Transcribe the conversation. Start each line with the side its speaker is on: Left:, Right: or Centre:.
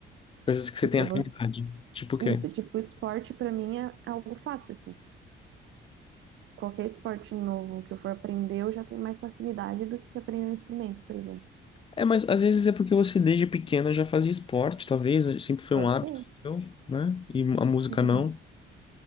Left: Coisas que
Right: Tipo,
Left: você tem afinidade.
Right: no-
Left: Tipo o quê?
Right: isso, tipo, esporte pra mim é é algo fácil, assim. Qualquer esporte novo que eu for aprender, eu já tenho mais facilidade do que aprender um instrumento, por exemplo.
Left: É, mas às vezes é porque você desde pequeno já fazia esporte, talvez, sempre foi
Right: Pode
Left: um hábito
Right: ser.
Left: seu, né? E a música
Right: Uhum.
Left: não.